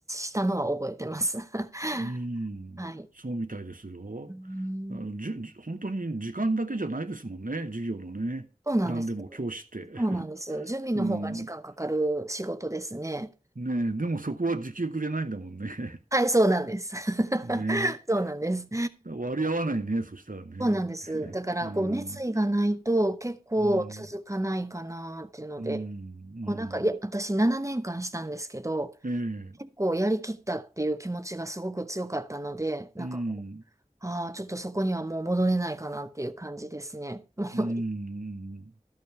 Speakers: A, on the right; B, on the right.
A: したのは覚えてます。<laughs>
B: うん、
A: はい。
B: そうみたいですよ。
A: うん、
B: あの、じゅ、じ本当に時間だけじゃないですもんね、授業のね。
A: そうなんです。
B: 何でも教師って。
A: そうなんです。
B: <laughs>
A: 準備の方が時間かかる仕事ですね。
B: うん。ねえ、でもそこは時給くれないんだもんね。
A: はい、そうなんです。<laughs>
B: <laughs> ね
A: そうなんです。
B: え。割り合わないね、そしたらね。
A: そうなんです。だから、
B: うん、うん、
A: こう、熱意がないと結構続かないかなっていうので、
B: うん、うん。
A: こう、なんか、いや、私7年間したんですけど、
B: ええ、
A: 結構やりきったっていう気持ちがすごく強かったので、なんかこう、
B: うん、
A: ああ、ちょっとそこにはもう戻れないかなっていう感じですね。<laughs> もう
B: うん。